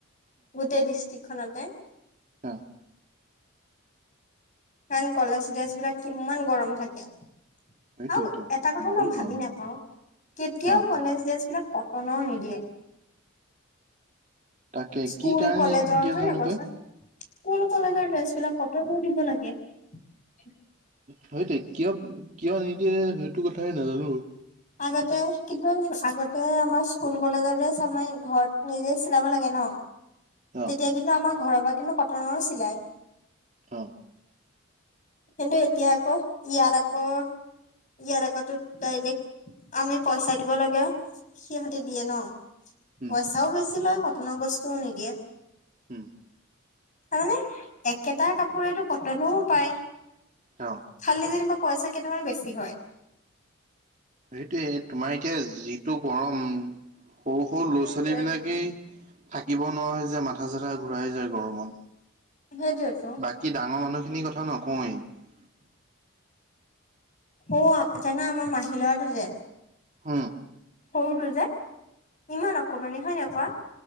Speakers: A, on the left; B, on the right.
A: গোটেই ডিষ্ট্ৰিকখনতে।
B: অহ
A: ন কলেজ ড্ৰেছবিলাক কিমান গৰম থাকে ।
B: সেইটোৱেইটো
A: আৰু এটা কথা
B: বহুত
A: মই ভাবি
B: গৰম
A: নাপাও কেতিয়াও
B: অ
A: কলেজ ড্ৰেছবিলাক কটনৰ নিদিয়ে
B: তাকে
A: স্কুল,
B: কি কাৰণে
A: কলেজৰ
B: নিদিয়ে
A: হয়
B: জানো
A: নাই কোৱা
B: পাই
A: চোন স্কুল, কলেজৰ ড্ৰেছবিলাক কটন দিব লাগে ।
B: সেইটোৱেই কিয় কিয় নিদিয়ে সেইটো কথাইে নাজানো ।
A: আগতে কিন্তু আগতে আমাৰ স্কুল, কলেজৰ ড্ৰেছ আমাৰ ঘৰ নিজে চিলাব লাগে ন।
B: অ
A: তেতিয়া কিন্তু আমাৰ ঘৰৰ পৰা কিন্তু কটনৰ চিলাই ।
B: অ
A: কিন্তু এতিয়া আকৌ ইয়াৰ আকৌ ইয়াৰ আকৌ ডাইৰেক্ট । আমি পইচা দিব লাগে সিহঁতি দিয়ে ন
B: উম
A: পইচাও বেছি লয় । কটনৰ বস্তুও নিদিয়ে
B: উম
A: তাৰমানে একেটা কাপোৰ । কাপোৰেটো কটনও পায়
B: অ
A: খালী যেনিবা । পইচা কেইটামান বেছি হয় ।
B: সেইটোৱেই তোমাৰ এতিয়া যিটো গৰম সৰু-সৰু ল'ৰা-ছোৱালীবিলাকেই
A: সেইটোৱে
B: । থাকিব নোৱাৰা যে মাথা-চাথা ঘূৰাই যায় গৰমত ।
A: সেইটোৱেতো
B: বাকী ডাঙৰ মানুহখিনিৰ কথা নকওঁৱেই ।
A: অ জানা আমাৰ মাহী লৰাটো যে
B: হুম
A: সৰুটো যে ইমান আকৌ মানে হয় নে কোৱা